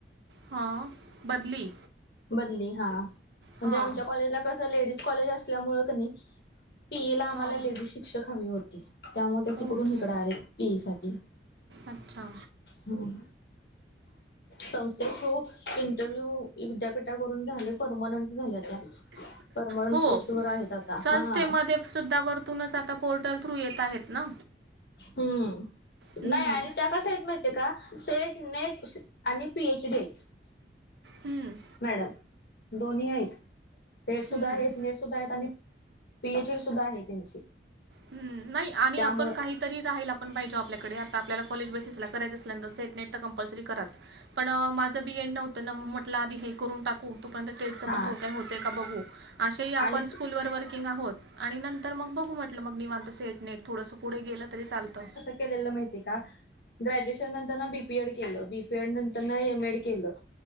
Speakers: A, on the right; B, on the left.
A: हां बदली
B: बदली हा. म्हणजे
A: हां
B: आमच्या कॉलेजला कसं लेडीज कॉलेज असल्यामुळे क नाही. पीई ला आम्हाला
A: हां
B: लेडीज शिक्षक हवी होती त्यामुळे ते तिकडून
A: ओके
B: नििकड आले पीई साठी
A: अच्छा.
B: होम. संस्थे थ्रू इंटरव्ह्यू विद्यापीठावरून झाले परमनंट झाल्या त्या परमनंट
A: हो
B: पोस्ट वर आहेत आता
A: संस्थेमध्ये
B: हा.
A: सुद्धा वरतूनच आता पोर्टल थ्रू येत आहेत ना.
B: हम्म
A: हम्म,
B: नाही आणि त्या कसाह माहि ते सेट नेट आणि पीएच डी.
A: हम्म.
B: मॅडम दोन्ही आहेत तेट सुुद्धा
A: हम्म.
B: आहेत नीट सुुद्धा आहेत आणि पीएच डी सुद्धा आहे त्यांची
A: हम् नाही आणि
B: त्यामुळं
A: आपण काहीतरी राहील आपण पाहिजो आपल्याकडे आता आपल्याला कॉलेज बेसीस ला करायचं असल्यानंत सेट नेट तर कंपल्सरी कराच. पण माझं बीएड नव्हतं ना म्हटलं आधी हे करून टाकत. तोपर्यंत टेटच
B: हा
A: पण ो काही होते का बघू असे आपण
B: आणि
A: स्कूलवर वर्किंग आहोत. आणि नंतर मग बघू म्हटलं मग मी निवांत सेट नेट थोडंसं पुढे गेलं तरी चालतं
B: केलेल माहिती का? ग्रॅज्युएशन नंतर ना बीपीएड केलं बीपीएड नंतर एमएड केलं.